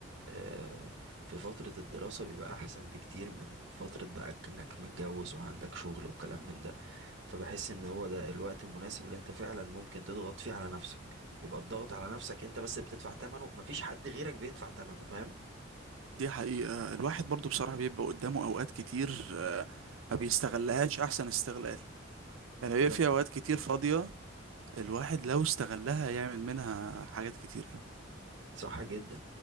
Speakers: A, on the right; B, on the right.
A: آه، في فترة الدراسة بيبقى أحسن بكتير من فترة بقى إنك متجوز وعندك شغل وكلام من ده فبحس إن هو ده الوقت المناسب اللي أنت فعلا ممكن تضغط فيه على نفسك يبقى الضغط على نفسك أنت بس بتدفع تمنه مفيش حد غيرك بيدفع تمنه فاهم؟
B: دي حقيقة الواحد برضو بصراحة بيبقى قدامه اوقات كتير آه، ما بيستغلهاش احسن استغلال يعني هي
A: تمام
B: في اوقات كتير فاضية الواحد لو استغلها يعمل منها حاجات كتير
A: صح جدا